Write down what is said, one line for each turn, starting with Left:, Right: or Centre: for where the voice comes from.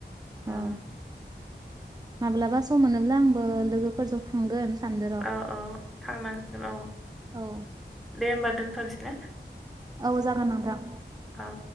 Centre: ओम,
Right: औ माब्लाबा सम मोनोब्ला आंबो लोगोफोरजों थ थांगोन सानदों र'
Centre: औ औ थांनांसिगोन औ
Right: औ
Centre: दे होमबा दोनथनोसै ना
Right: औ जागोन नोंथां।
Centre: औ।